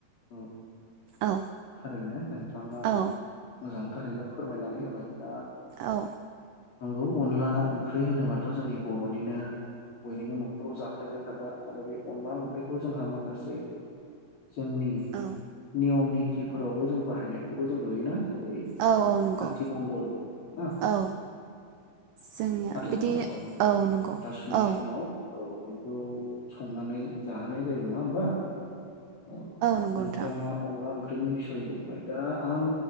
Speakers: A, on the left (about 40°); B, on the right (about 85°).
A: औ
B: औ
A: थारैनो नोंथाङा
B: औ
A: मोजांथारैनो फोरमायनानै होबाय दा
B: औ
A: नोंगौ अनला ओंख्रि होनोबाथ' जोंनि बर'निनो बयनिबो न'खराव जाफ्लेयबाय थाग्रा आरो बे अनला ओंख्रिखौ जोंहा माखासे जोंनि
B: औ
A: नियमनि निथिफोरावबो जों बाहायनायखौ जों नुयोना जेरै
B: औ औ नंगौ
A: आथिमंगल ना
B: औ जोंनिया
A: हाथल
B: बिदि
A: नङा बावदों
B: औ नंगौ
A: हाथासुनि
B: औ
A: समाव औ बेखौ संनानै जाहोनाय जायो नङा होमबा? औ
B: नंगौ
A: नोंथाङा
B: नोंथां
A: अनला ओं ओंख्रिनि बिसयै बुंबाय दा आं